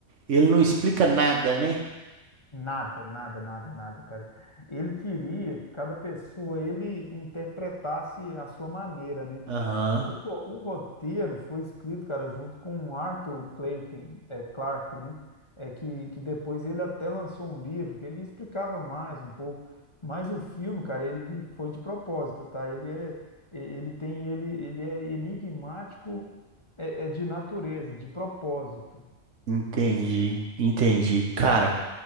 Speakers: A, on the right; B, on the left.
A: Ele não explica nada, né?
B: Nada, nada, nada, nada, cara. Ele queria que cada pessoa ele interpretasse a sua maneira, né?
A: Aham,
B: O, ro- o roteiro foi escrito, cara, junto com Arthur Clarke, é, Clarke, né? É que, que depois ele até lançou um livro que ele explicava mais um pouco. Mas o filme, cara, ele foi de propósito, tá? Ele é, ele tem, ele, ele é enigmático, é, é de natureza, de propósito.
A: entendi, entendi. Cara,